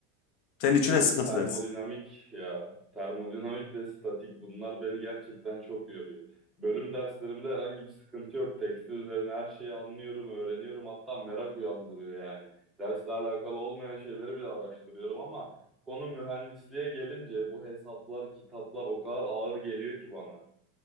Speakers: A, on the left; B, in the centre.
A: Senin
B: Benim
A: için en sıkıntı
B: termodinamik
A: ders.
B: ya. Termodinamik ve statik bunlar beni gerçekten çok yoruyor. Bölüm derslerimde herhangi bir sıkıntı yok. Tekstil üzerine her şeyi anlıyorum, öğreniyorum. Hatta merak uyandırıyor yani. Dersle alakalı olmayan şeyleri bile araştırıyorum ama konu mühendisliğe gelince bu hesaplar, kitaplar o kadar ağır geliyor ki bana.